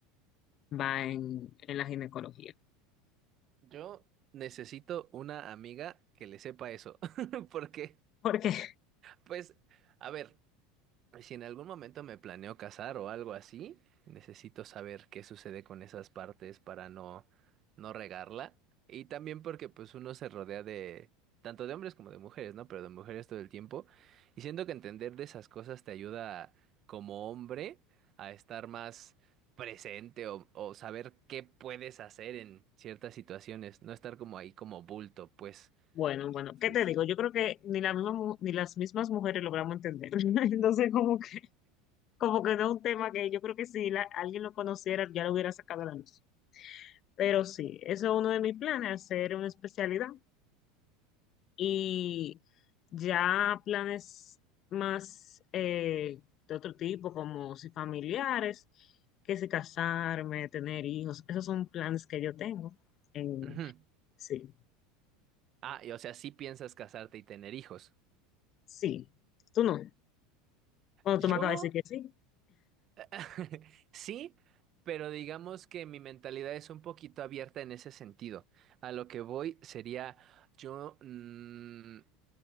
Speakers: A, on the left; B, on the right.
A: va en, en la ginecología.
B: Yo necesito una amiga que le sepa eso, <laughs> porque,
A: Porque, <laughs>
B: pues, a ver. Si en algún momento me planeo casar o algo así, necesito saber qué sucede con esas partes para no, no regarla. Y también porque pues uno se rodea de tanto de hombres como de mujeres, ¿no? Pero de mujeres todo el tiempo. Y siento que entender de esas cosas te ayuda como hombre a estar más presente o, o saber qué puedes hacer en ciertas situaciones, no estar como ahí como bulto, pues.
A: bueno, bueno,
B: Entonces,
A: ¿qué te digo? Yo creo que ni la misma mu- ni las mismas mujeres logramos entender. <laughs> Entonces, como que, como que no es un tema que yo creo que si la- alguien lo conociera, ya lo hubiera sacado a la luz. Pero sí, eso es uno de mis planes, hacer una especialidad y ya planes más eh, de otro tipo, como si familiares, que si casarme, tener hijos, esos son planes que yo tengo. en-
B: ujú.
A: sí,
B: Ah, y o sea, sí piensas casarte y tener hijos.
A: sí, tú no. Cuando
B: Yo
A: tú me acabas de decir que sí,
B: <laughs> Sí, pero digamos que mi mentalidad es un poquito abierta en ese sentido. A lo que voy sería, yo, mm,